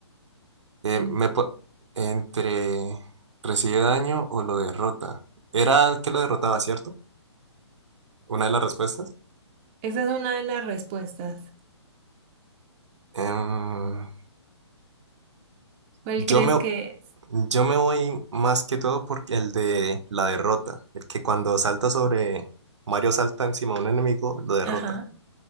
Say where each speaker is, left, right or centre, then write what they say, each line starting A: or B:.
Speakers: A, on the right; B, on the right.
A: Eh,
B: Mm,
A: me po- entre recibe daño o lo derrota. Era que lo derrotaba, ¿cierto? Una de las respuestas.
B: Esa es una de las respuestas.
A: Em,
B: ¿Cuál
A: yo
B: crees
A: me,
B: que es?
A: yo me voy más que todo por el de la derrota. El que cuando salta sobre Mario salta encima de un enemigo, lo derrota.
B: Ajá.